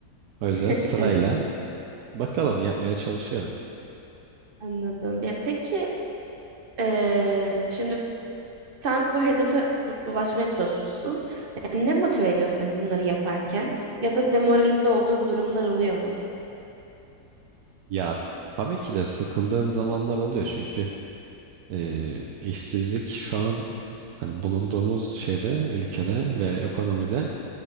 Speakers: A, on the right; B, on the right.
A: O
B: <laughs>
A: yüzden sırayla
B: Evet,
A: bakalım yapmaya çalışıyorum.
B: anladım. Ya peki Eee, şimdi Sen bu hedefe u- ulaşmaya çalışıyorsun. E, Ne motive ediyor seni bunları yaparken? Ya da demoralize olduğun durumlar oluyor mu?
A: Ya tabii ki de sıkıldığım zamanlar oluyor çünkü e, işsizlik şu an hani bulunduğumuz şeyde ülkede ve ekonomide